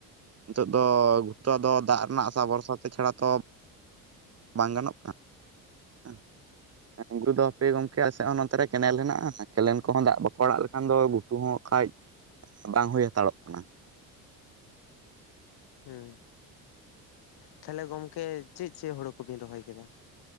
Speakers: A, on the right; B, on the left.
A: ᱱᱤᱛᱚᱜ ᱫᱚ ᱜᱷᱩᱴᱠᱟ ᱫᱚ ᱫᱟᱜ ᱨᱮᱱᱟᱜ ᱟᱥᱟ ᱵᱷᱚᱨᱥᱟ ᱛᱮ ᱪᱷᱟᱲᱟ ᱛᱚ᱾ ᱵᱟᱝ ᱜᱟᱱᱚᱜ ᱠᱟᱱᱟ, ᱮ ᱜᱩᱨᱩ ᱫᱚ ᱦᱟᱯᱮ ᱜᱚᱝᱠᱮ ᱟᱥᱮᱫ ᱦᱚᱸ ᱱᱚᱛ ᱨᱮ ᱠᱮᱱᱮᱞ ᱦᱮᱱᱟᱜᱼᱟ, ᱠᱮᱱᱮᱞ ᱠᱚᱦᱚᱸ ᱫᱟᱜ ᱵᱟᱠᱚ ᱟᱲᱟᱜ ᱞᱮᱠᱷᱟᱱ ᱫᱚ ᱜᱷᱩᱴᱩ ᱦᱚᱸ ᱟᱠᱷᱟᱡ᱾ ᱵᱟᱝ ᱦᱩᱭ ᱦᱟᱛᱟᱲᱚᱜ ᱠᱟᱱᱟ,
B: ᱦᱩᱸ ᱛᱟᱦᱚᱞᱮ ᱜᱚᱝᱠᱮ ᱪᱮᱫ ᱪᱮᱫ ᱦᱩᱲᱩ ᱠᱚᱵᱤᱱ ᱨᱚᱦᱚᱭ ᱠᱮᱫᱟ,